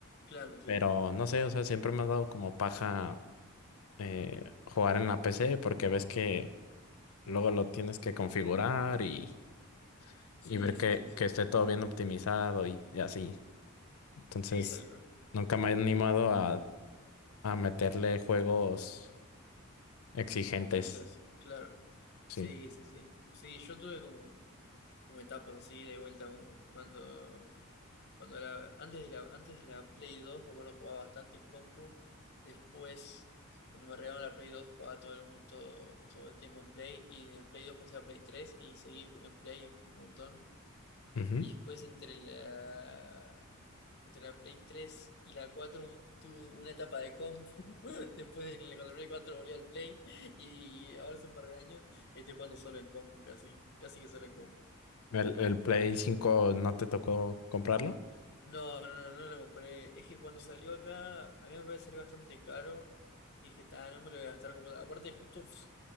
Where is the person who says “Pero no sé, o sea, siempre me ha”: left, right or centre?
Left